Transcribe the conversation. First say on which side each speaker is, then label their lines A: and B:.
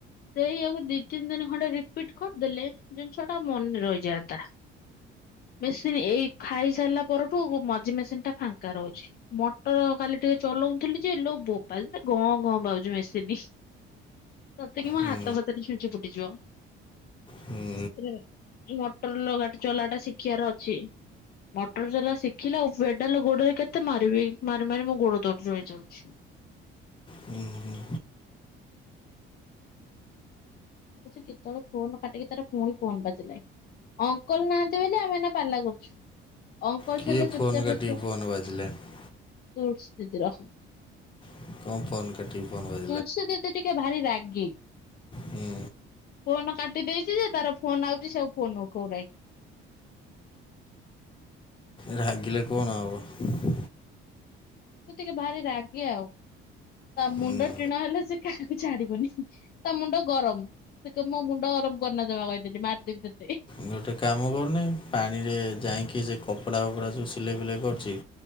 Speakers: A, on the left; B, on the left.
A: ସେଇଆକୁ ଦି ତିନି ଦିନ ଖଣ୍ଡେ ରିପିଟ୍ କରଦେଲେ ଜିନିଷ ଟା ମନେ ରହିଯାଆନ୍ତା। ମେସିନ୍ ଏଇ ଖାଇସାରିଲା ପରଠୁ ମଝି ମେସିନ୍ ଟା ଫାଙ୍କା ରହୁଚି। ତ କାଲି ଟିକେ ଚଲଉଥିଲି ଯେ ଲୋ ବୋପା ଗଁ ଗଁ ପାଉଛି ମେସିନ୍। ସତେ କି ମୋ
B: ହୁଁ
A: ହାତ ଫାତରେ ଛୁଞ୍ଚି ଫୁଟିଯିବ।
B: ହୁଁ
A: ସତରେ ମଟର ଲଗା ଚଲା ଟା ଶିଖିବାର ଅଛି। ମଟର ଚଲା ଶିଖିଲେ ଓ ପେଡାଲ ଗୋଡରେ କେତେ ମାରିବି ମାରି ମାରି ମୋ ଗୋଡ ଦରଜ ହେଇଯାଉଛି।
B: ହୁଁ ହୁଁ।
A: ସେ କେତେବେଳେ ଫୋନ କାଟିକି ତାର ପୁଣି ଫୋନ ବାଜିଲାଣି। ଅଙ୍କଲ ନାହାନ୍ତି ବୋଲି ଆମେ ଏଇନା ପାଲା କରୁଚୁ। ଅଙ୍କଲସ୍‌
B: କିଏ
A: ହେଲେ
B: ଫୋନ୍
A: ଚୁପ୍ ଚାପ୍
B: କାଟିକି
A: ରେ ତ
B: ଫୋନ୍ ବାଜିଲାଣି
A: ତୁର୍ସ ଦିଦି ର।
B: ଙ୍କ ପର୍ନ। କାଟିିକି ଫୋନ୍ କରି
A: ତୁଲସୀ ଦିଦି ଟିିକେ ଭାରି ରାଗୀ।
B: ହୁଁ
A: ଫୋନ କାଟି ଦେଇଛି ଯେ ତାର ଫୋନ ଆଉଛି ସବୁ ଫୋନ ଉଠଉନାହିଁ।
B: ରାଗିଲେ କଣ ହବ।
A: ସିଏ ଟିକେ ଭାରି ରାଗି ଆଉ। ତା ମୁଣ୍ଡ
B: ହୁଁ।
A: ଟିଣ ହେଲେ ସେ କାହାରିକି ଛାଡିବନି ତା ମୁଣ୍ଡ ଗରମ। ସେ କହିବ ମୋ ମୁଣ୍ଡ ଗରମ କରନା ଜମା କହିଦେଲି ମାରିଦେବି ତତେ।
B: ଗୋଟେ କାମ କରୁନି ପାଣିରେ ଯାଇକି ସେ କପଡ଼ା ଫପଡ଼ା ସବୁ ସିଲେଇ ଫିଲେଇ କରୁଛି।